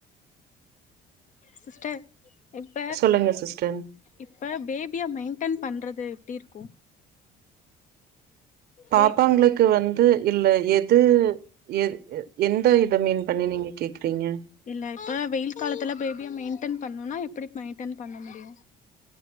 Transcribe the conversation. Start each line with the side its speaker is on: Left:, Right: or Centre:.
Left: சிஸ்டர் இப்ப
Right: சொல்லுங்க சிஸ்டர்
Left: இப்ப பேபியா மெயின்டென் பண்றது எப்டி இருக்கு
Right: பாப்பாங்களுக்கு
Left: பேபி
Right: வந்து இல்ல எது எந் எத இத மீன் பண்ணி நீங்க கேக்குறீங்க
Left: இல்ல இப்ப வெயில் காலத்துல பேபியா மெயின்டென் பண்ணுன்னா எப்டி மெயின்டென் பண்ண முடியு